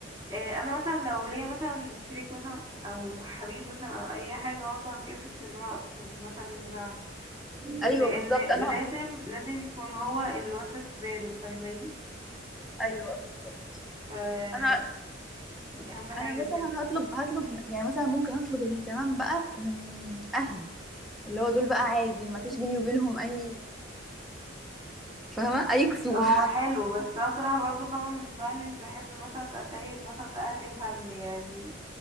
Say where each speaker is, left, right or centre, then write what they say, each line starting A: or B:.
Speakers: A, on the right; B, in the centre.
A: إيه انا مثلا لو ليا مثلا شريك مثلا او حبيب مثلا او اي حاجه برضه هتكسف ان انا اطلب مثلا منه دعم
B: ايوه
A: لان
B: بالظبط انا
A: لازم لازم يكون هو اللي واخد باله فاهماني
B: ايوه بالظبط
A: ف
B: انا
A: دي اهم حاجه
B: انا مثلا
A: بجد
B: هطلب هطلب يعني مثلا ممكن اطلب الاهتمام بقى من اهلي اللي
A: مم.
B: هو دول بقى عادي ما فيش بيني وبينهم اي فاهمه اي كسوف
A: هو حلو بس انا بصراحه برضه فاهمه من النوع اللي مش بحب مثلا اشيل مثلا اهلي الهم يعني